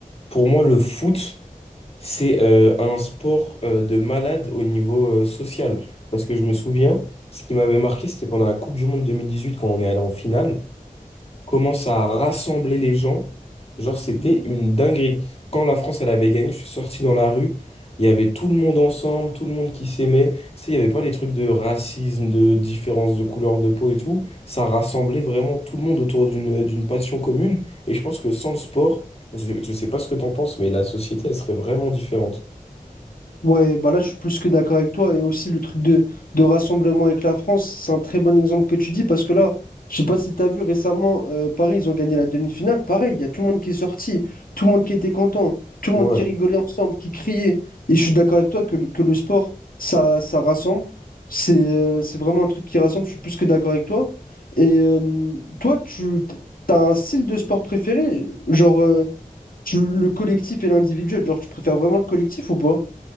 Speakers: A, on the left (about 45°); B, on the left (about 75°).
A: Pour moi, le foot, c'est euh, un sport euh, de malade au niveau euh, social. Parce que je me souviens, ce qui m'avait marqué, c'était pendant la Coupe du Monde 2018 quand on est allé en finale commence à rassembler les gens. Genre, c'était une dinguerie. Quand la France, elle avait gagné, je suis sorti dans la rue. Il y avait tout le monde ensemble, tout le monde qui s'aimait. Tu sais, il n'y avait pas les trucs de racisme, de différence de couleur de peau et tout. Ça rassemblait vraiment tout le monde autour d'une d'une passion commune. Et je pense que sans le sport, je sais, je sais pas ce que t'en penses, mais la société, elle serait vraiment différente.
B: Ouais, bah là, je suis plus que d'accord avec toi. Et aussi, le truc de, de rassemblement avec la France, c'est un très bon exemple que tu dis parce que là, je sais pas si tu as vu récemment, euh, Paris, ils ont gagné la demi-finale. Pareil, il y a tout le monde qui est sorti, tout le monde qui était content, tout le
A: Ouais.
B: monde qui rigolait ensemble, qui criait. Et je suis d'accord avec toi que le, que le sport, ça, ça rassemble. C'est euh, c'est vraiment un truc qui rassemble. Je suis plus que d'accord avec toi. Et euh, toi, tu as un style de sport préféré? Genre, euh, tu- le collectif et l'individuel? Genre, tu préfères vraiment le collectif ou pas?